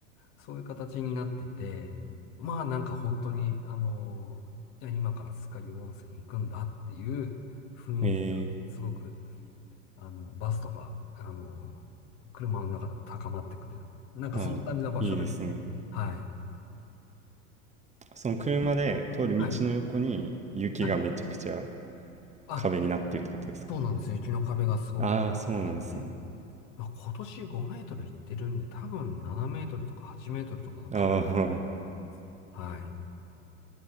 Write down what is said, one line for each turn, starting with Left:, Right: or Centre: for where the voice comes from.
Left: そういう形になってて、まあなんか本当に、あのーいや今から酸ヶ湯温泉行くんだっていう雰囲気がすごく
Right: ええ
Left: あの、バスとか、あの、車の中でも高まってくる。なんかそんな感じの場所ですね。
Right: ああ、いいですね。
Left: はい。
Right: その車で通る道の横に雪がめちゃくちゃ
Left: はい。はい。あ、
Right: 壁になってるってことですか
Left: そうなんです。雪の壁がすごく高まってて、
Right: ああ、そうなんですね。
Left: まあ、今年5メートルいってるんで、多分7メートルとか8メートルとかの壁だと思います。
Right: ああ、
Left: はい。